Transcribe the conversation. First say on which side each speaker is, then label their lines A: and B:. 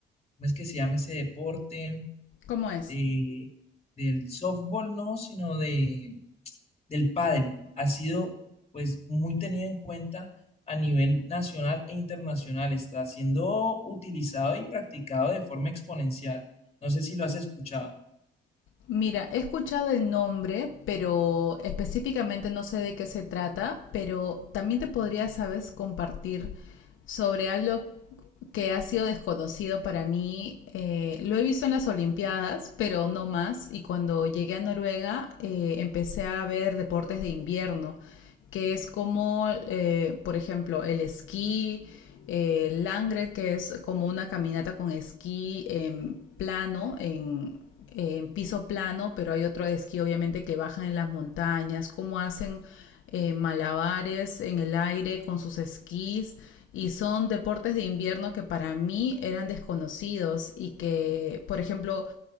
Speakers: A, on the left (about 30°); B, on the left (about 80°).
A: ¿cómo es que se llama ese deporte?
B: ¿Cómo es?
A: De, del softball, no, sino de del pádel ha sido pues muy tenido en cuenta a nivel nacional e internacional. Está siendo utilizado y practicado de forma exponencial. No sé si lo has escuchado.
B: Mira, he escuchado el nombre, pero específicamente no sé de qué se trata, pero también te podría, sabes, compartir sobre algo que ha sido desconocido para mí. Eh, lo he visto en las Olimpiadas, pero no más. Y cuando llegué a Noruega, eh, empecé a ver deportes de invierno, que es como, eh, por ejemplo, el esquí, eh, Langred, que es como una caminata con esquí en plano, en, en piso plano, pero hay otro esquí obviamente que bajan en las montañas, cómo hacen eh, malabares en el aire con sus esquís y son deportes de invierno que para mí eran desconocidos y que, por ejemplo,